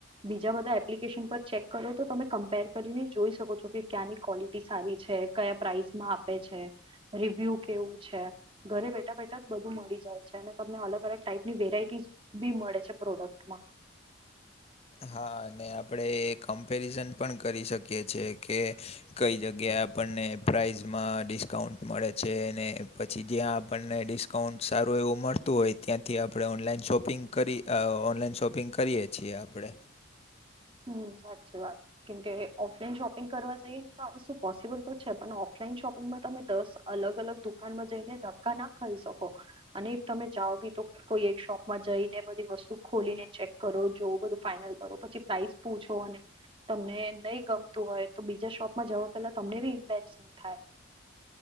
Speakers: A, on the right; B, on the left.
A: બીજા બધા એપ્લિકેશન પર ચેક કરો તો તમે કમ્પેર કરીને જોઈ શકો જોકે ક્યાંની ક્વોલિટી સારી છે કયા પ્રાઇસમાં આપે છે રિવ્યુ કેવું છે ઘરે બેઠા બેઠા જ બધું મળી જાય છે અને તમને અલગ અલગ ટાઈપની વેરાઈટી બી મળે છે પ્રોડક્ટમાં
B: હા અને આપણે એ કમ્પેરિઝન પણ કરી શકીએ છીએ કે કઈ જગ્યાએ આપણને પ્રાઇઝમાં ડિસ્કાઉન્ટ મળે છે અને પછી જ્યાં આપણને ડિસ્ક કાઉન્ટ સારું એવું મળતું હોય ત્યાંથી આપણે ઓનલાઈન શોપિંગ કરી ઓનલાઈન શોપિંગ કરીએ છીએ <unintelligible>
A: હુ સાચી વાત કેમકે ઓફલાઈન શોપિંગ કરવા જઈએ ને તો આવુ પોસિબલ તો છે પણ ઓફલાઈન શોપિંગમાં તમે દસ અલગ અલગ દુકાનમાં જઈને ધક્કા ના ખાઈ શકો અને એ તમે જાઓ બી તો કોઈ એક શોપમાં જઈને બધી વસ્તુ ખોલીને ચેક કરો જો બધું ફાાઈનલ કરો પછી પ્રાઈઝ પૂછો અને તમને નહી ગમતું હોય તો બીજા શોપમાં જવા પેલા તમને ભી ઇમ્પેક્ટસ થાય